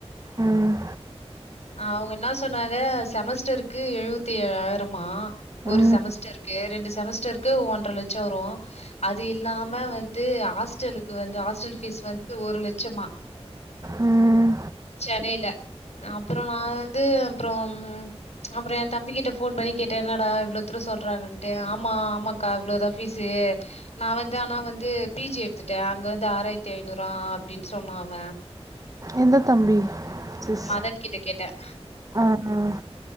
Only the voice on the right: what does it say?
ம்
ம்
ம்
எந்த தம்பி சிஸ்
ஆஹ்